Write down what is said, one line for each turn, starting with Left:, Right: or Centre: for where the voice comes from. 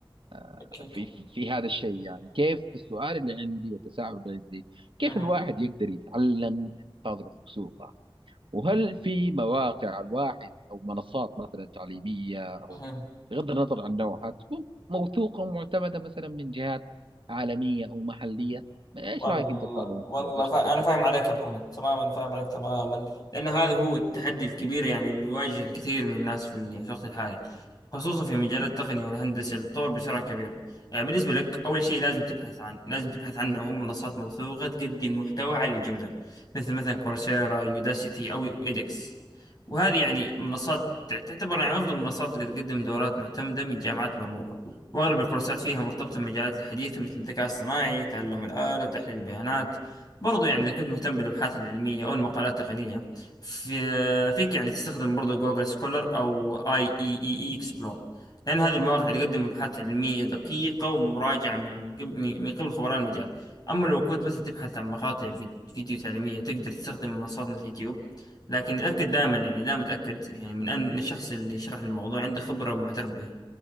Right: آه،
Left: اوكي اوكي
Right: في في في هذا الشيء يعني كيف السؤال اللي عندي والتساؤل اللي عندي كيف
Left: مهم.
Right: الواحد يقدر يتعلم من تجربة مكسورة وهل في مواقع الواحد أو منصات مثلا تعليمية أو
Left: مهم.
Right: بغض النظر عن نوعها تكون موثوقة ومعتمدة مثلا من جهات عالمية أو محلية إيش
Left: والله
Right: رأيك أنت في هذا الموضوع
Left: والله
Right: وإيش
Left: فا...
Right: تفكر
Left: أنا فاهم
Right: فيه؟
Left: عليك يا محمد تماما فاهم عليك تماما لأن هذا هو التحدي الكبير يعني اللي يواجه الكثير من الناس في ال- في الوقت الحالي خصوصا في مجال التقنية والهندسة اللي تطور بسرعة كبيرة يعني بالنسبة لك أول شيء لازم تبحث عن لازم تبحث عنه هو منصات موثوقة تقدم محتوى عالي الجودة مثل مثلا كورسيرا يوداسيتي أو إيدكس وهذه يعني منصات تعتبر يعني أفضل المنصات اللي تقدم دورات معتمدة من جامعات مرموقة وأغلب الكورسات فيها مرتبطة بالمجالات الحديثة مثل الذكاء الصناعي تعلم الآلة تحليل البيانات برضو يعني إذا كنت مهتم بالأبحاث العلمية أو المقالات التقنية في فيك يعني تستخدم برضو جوجل سكولر أو اي اي اي إي اكسبلور لأن هذه المواقع تقدم أبحاث علمية دقيقة ومراجعة من قب- من من قبل خبراء المجال أما لو كنت مثلا تبحث عن مقاطع في- فيديو تعليمية تقدر تستخدم منصات مثل اليوتيوب لكن اتأكد دائما يعني دائما اتأكد يعني من أن الشخص اللي يشرح الموضوع عنده خبرة ومعترف بها